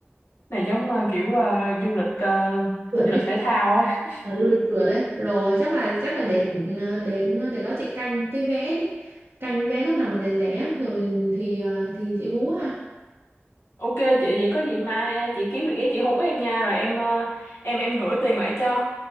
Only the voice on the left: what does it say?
này giống à, kiểu à, du lịch à,
du
lịch thể thao á
ok chị vậy có gì mai à, chị kiếm được giấy chị hú em nha rồi em à, em em gửi tiền lại cho